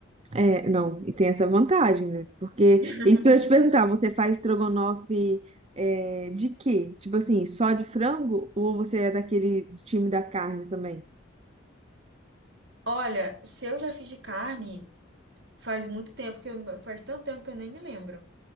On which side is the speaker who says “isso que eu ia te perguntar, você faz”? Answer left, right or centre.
Right